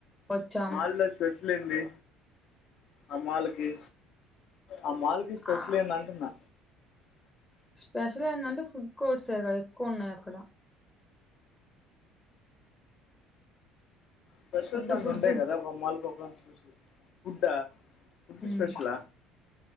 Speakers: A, in the centre; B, on the left (about 45°).
A: వచ్చాము
B: మాల్ లో స్పెషల్ ఏంది ఆ మాల్ కి ఆ మాల్ స్పెషల్
A: ఆ
B: ఏందంటున్నా
A: స్పెషల్ ఎందంటే ఫుడ్ కోర్ట్సే గా ఎక్కువ ఉన్నాయి అక్కడ
B: స్పెషల్స్
A: ఫుడ్
B: అంటు
A: ఫుడ్
B: ఉంటాయి కదా ఒక మాల్ కి ఒక స్పెషల్ ఫుడ్డా ఫుడ్
A: ఉమ్
B: స్పెషలా